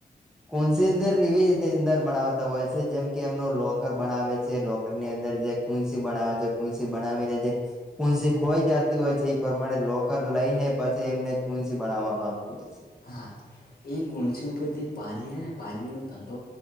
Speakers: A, in the centre; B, on the left (about 65°).
A: કોનસી અંદર એવીની અંદર બણાવતા હોય છે જેમ કે એમનો લો લોકર બનાવે છે લોકર ની અંદર જે કુંસી બનાવે છે કુંન્સી બનાવીને જે કુંન્સી ખોઈ જતી હોય છે એ પ્રમાણે લોકર લઈ ને પછી એમને કુંન્સી બનાવવામાં આવતી હોય છે
B: હા એ કલસી ઉપરથી પાજી ને પાજી નો તંધો